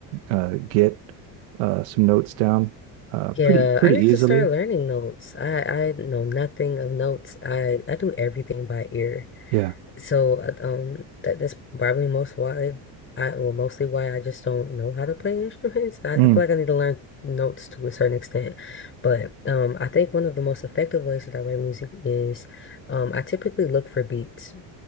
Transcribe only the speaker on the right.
uh, get uh, some notes down uh,
pretty pretty
easily.
Yeah.
Mm,